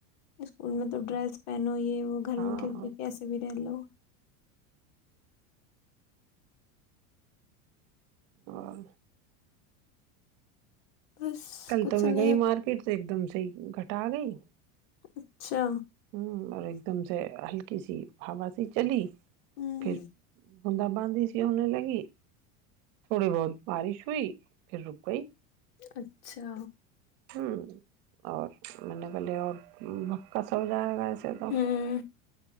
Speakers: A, on the left (about 55°); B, on the right (about 60°).
A: اسکول میں تو ڈریس پہنو یہ وہ گھر
B: ہاں
A: میں ک بھی کیسے بھی رہ لو
B: اور
A: بس
B: کل
A: کچھ
B: تو میں
A: نہیں
B: کہئی مارکیٹ سے ایک دم سےحی گٹ ڈٹا گئی
A: اچھا
B: ہوں اور ایک دم سے ہلکی سی ہووا سی چلی
A: ہوں
B: پھر ہ د بانی س ہونے لگی تھوڑی بہت بارش ئی پھر رکئی
A: اچھا
B: ہاں اور میں نے کہہلے اور بکا سا ہو جائے گا
A: ہوں
B: تو